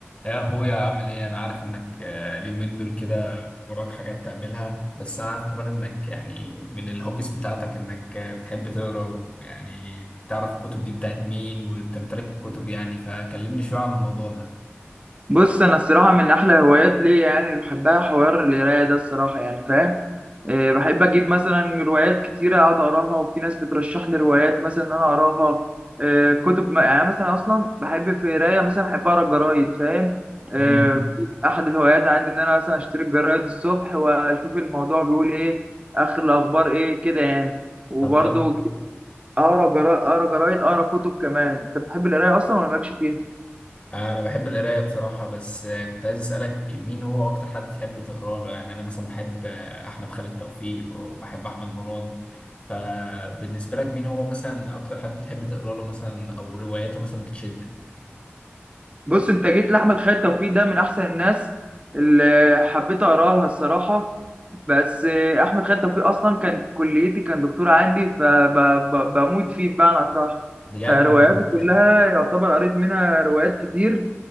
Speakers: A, on the left; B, on the right.
A: يا اخويا عامل ايه انا عارف انك آه، اليومين دول كده وراك حاجات تعملها بس انا عارف كمان انك يعني من الهوبيز بتاعتك انك آه، بتحب تقرا ويعني تعرف الكتب دي بتاعت مين وتمتلك الكتب يعني فكلمني شوية عن الموضوع ده
B: بص انا الصراحه من احلى هوايات ليا يعني اللي بحبها حوار القرايه ده الصراحه يعني فاهم إيه بحب اجيب مثلا روايات كتيره اقعد اقراها وفي ناس بترشح لي روايات مثلا ان انا اقراها إيه كتب ما- يعني مثلا اصلا بحب في قرايه مثلا احب اقرا الجرايد فاهم إيه
A: امم
B: في احد الهوايات عندي ان انا مثلا اشتري الجرايد الصبح واشوف الموضوع بيقول ايه اخر الاخبار ايه كده يعني وبرضه
A: طب خل
B: اقرا جرا- اقرا جرايد اقرا كتب كمان انت بتحب القرايه اصلا ولا مالكش فيها
A: انا بحب القراية بصراحة بس آه، كنت عايز اسألك مين هو اكتر حد تحب تقرا له يعني انا مثلا بحب آه، احمد خالد توفيق وبحب احمد مراد فبالنسبة لك مين هو مثلا اكتر حد بتحب تقرا له مثلا او رواياته مثلا بتشدك
B: بص انت جيت لاحمد خالد توفيق ده من احسن الناس اللي حبيت اقرا لها الصراحه بس آه، احمد خالد توفيق اصلا كان في كليتي كان دكتور عندي فبموت فيه بمعنى صح
A: بجد
B: فرواياته
A: كان
B: كلها يعتبر قريت منها روايات كتير